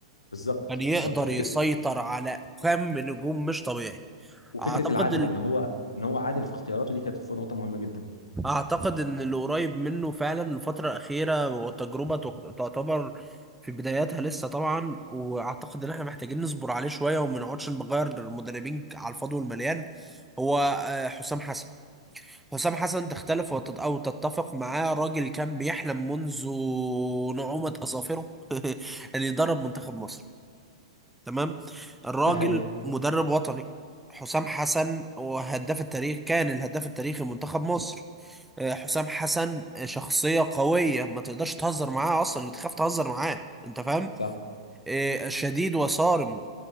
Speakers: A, on the left; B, in the centre.
A: بالظبط
B: كان يقدر
A: بالظبط وفكره
B: يسيطر على كم نجوم مش طبيعي
A: وفكره
B: أعتقد
A: العدل
B: ال...
A: ان هو ان هو عادل في اختياراته دي كانت نقطه مهمه جدا
B: أعتقد إن اللي قريب منه فعلا الفترة الأخيرة والتجربة تق- تعتبر في بداياتها لسه طبعا وأعتقد إن إحنا محتاجين نصبر عليه شوية وما نقعدش نغير المدربين على الفاضي والمليان هو آه، حسام حسن حسام حسن تختلف وتت- أو تتفق معاه راجل كان بيحلم منذ نعومة أظافره <laughs> أن يدرب منتخب مصر تمام الراجل
A: ده حقيقي
B: مدرب وطني حسام حسن وهداف التاريخ كان الهداف التاريخي لمنتخب مصر آه، حسام حسن شخصية قوية ما تقدرش تهزر معاه أصلا بتخاف تهزر معاه أنت فاهم
A: صح
B: آه، شديد وصارم